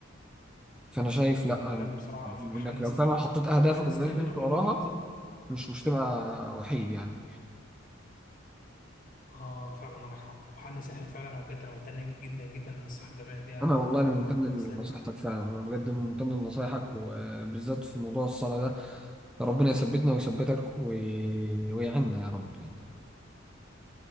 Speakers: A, in the centre; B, on the left.
A: فانا شايف لا
B: وتتكلم
A: أن-
B: بصراحه في حل
A: انك لو
B: سحري
A: فعلا حطيت اهدافك
B: حل
A: وبدات
B: سحري
A: تمشي
B: رغم
A: وراها
B: انه يبان بسيط
A: مش مش تبقى وحيد يعني
B: اه فعلا عندك حق حل سحري فعلا وبجد انا ممتن جدا جدا للنصيحه الجميله دي يا
A: انا والله
B: اخويا
A: انا ممتن
B: والله
A: لنصيحتك
B: تسلم لي يعني
A: فعلا انا بجد ممتن لنصايحك وبالذات في موضوع الصلاه ده ربنا يثبتنا ويثبتك وي... ويعيننا يا رب يعني